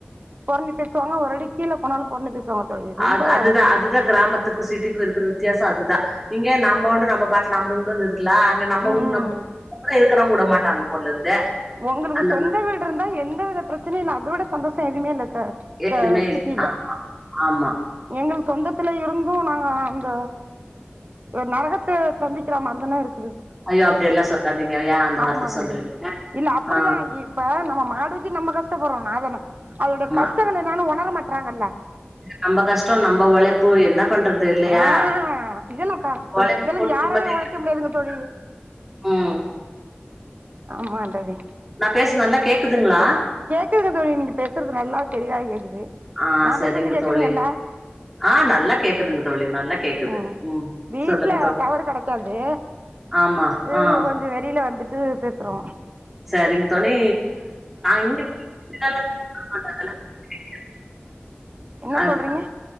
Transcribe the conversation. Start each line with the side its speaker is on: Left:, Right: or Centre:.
Right: பொறண்ணி பேசுவாங்க ஒருரடி கீழே போனாலும் பொறண்ணி பேசுவாங்க தோழி
Centre: ஆ
Right: ரொம்ப
Centre: அதுதான் அதுதான் கிராமத்துக்கும் சிட்டிக்கும் இருக்கிற வித்தியாசம் சாத்ததா இங்க நம்புண்டு நம்ம பாட்டுண்டு நம்பபாட்டு இருக்கலாம் நம்பவும்
Right: ம் ம்
Centre: கூட இருக்கு இருக்கிறவங்க கூட மாட்டாங்க போல இருந்து
Right: உங்களுக்கு
Centre: அந்த
Right: சொந்த
Centre: மாரி
Right: வீடு இருந்தா எந்த வித பிரச்சனையும் இல்ல அதோட சந்தோஷம் எதுவுமே இல்ல சிக்கல
Centre: எதுமே இல்ல
Right: சிட்டில
Centre: ஆ ஆமா
Right: எங்களுக்கு சொந்தத்தை பக்கத்துல இருந்தும் நாங்க அந்த ஒரு நரகத்தை சந்திக்கிற மாதிரிதானே இருக்கு
Centre: ஐயோ அப்படியெல்லாம் சொல்லாதீங்க யா அந்த
Right: ஆமா
Centre: வார்த்தை சொல்றீங்க
Right: சந்திச்சி இல்ல அப்படிதான்
Centre: ஆ
Right: இப்ப நம்ம மாடு வச்சு நம்ம கஷ்டப்படுறோம் அதா அதோடைய
Centre: ஆமா
Right: கஷ்டங்களை நானும் உணர மாட்டேன் பறாங்கல்ல
Centre: நம்ம கஷ்டம் நம்ம உழைப்பு என்ன பண்றது இல்லையா
Right: ஆ இதெல்லா க
Centre: உழைப்பு
Right: இதெல்லா
Centre: போட்ட
Right: யாராலயு
Centre: நிம்மதி இல்ல
Right: ஒழைக்க முடியாதுங்க தோழி
Centre: உம்
Right: ஆமா தோழி
Centre: பேசுறது நல்லா கேக்குதுங்களா
Right: கேக்குதுங்க தோழி நீங்க பேசுறது நல்லா தெளிவா கேக்குது
Centre: ஆஹ்
Right: நா
Centre: சரிங்க
Right: பேசுறது கேக்குதுங்கல்ல
Centre: தோழி ஆஹ் நல்லா கேக்குதுங்க தோழி நல்லா கேக்குது
Right: ஆ
Centre: உம்
Right: வீட்ல
Centre: சொல்லுங்க தோழி
Right: டவர் கெடைக்காது
Centre: ஆமா
Right: இது
Centre: ஆஹ்
Right: கொஞ்சோ வெளில வந்துட்டு பேசுறோ
Centre: சரிங்க தோழி இங்க <unintelligible>
Right: என்ன
Centre: ஹான்
Right: சொல்றீங்க